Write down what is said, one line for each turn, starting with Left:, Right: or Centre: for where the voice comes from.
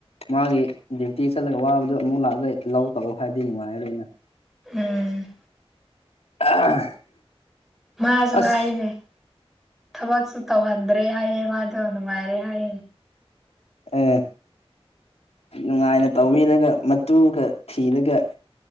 Left: ꯃꯥꯒꯤ ꯗ꯭ꯌꯨꯇꯤ ꯆꯠꯂꯒ ꯋꯥꯕꯗꯨ ꯑꯃꯨꯛ ꯂꯥꯛꯑꯒ ꯂꯧ ꯇꯛꯎ ꯍꯥꯏꯕꯗꯤ ꯅꯨꯡꯉꯥꯏꯔꯣꯏꯅ
Centre: ꯎꯝ
Left: <unintelligible>
Centre: ꯃꯥꯁꯨ
Left: ꯑꯁ
Centre: ꯍꯥꯏꯅꯦ ꯊꯕꯛꯁꯨ ꯇꯧꯍꯟꯗ꯭ꯔꯦ ꯍꯥꯏꯌꯦ ꯃꯥꯁꯨ ꯅꯨꯡꯉꯥꯏꯔꯦ ꯍꯥꯏꯌꯦꯅꯦ
Left: ꯑꯦ ꯅꯨꯡꯉꯥꯏꯅ ꯇꯧꯕꯤꯔꯒ ꯃꯇꯨꯒ ꯊꯤꯔꯒ